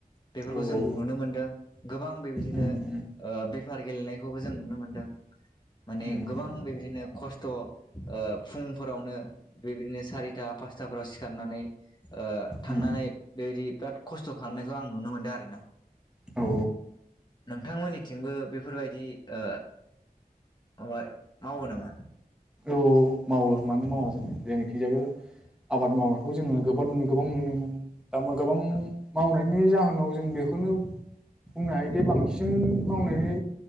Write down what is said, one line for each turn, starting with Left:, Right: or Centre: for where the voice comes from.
Left: बेफोरखौ
Centre: औ उम
Left: जों नुनो मोनदों गोबां बेबायदिनो
Centre: उम
Left: ओ बेफार गेलेनायखौबो जों नुनो मोनदों, माने
Centre: उम
Left: गोबां बेबादिनो खस्थ ओ फुंफोरावनो बेबायदिनो सारिता पासताफोराव सिखारनानै, ओ थांनानै
Centre: उम
Left: बेबायदि बिराद खस्थ खालामनायखौ आं नुनो मोनदों आरोना
Centre: औ
Left: नोंथांमोननिथिंबो बेफोरबायदि ओ माबा मावो नामा?
Centre: औ मावो मानो मावा जोङो जोंनिखैजायबो आबाद मावनायखौ जोङो गोबां-गोबां नुनो मोनो दा मा गोबां
Left: औ
Centre: मावनाय बेनि जाहोनाव जों बेखौनो बुंनो हायोदि बांसिन मावनायनि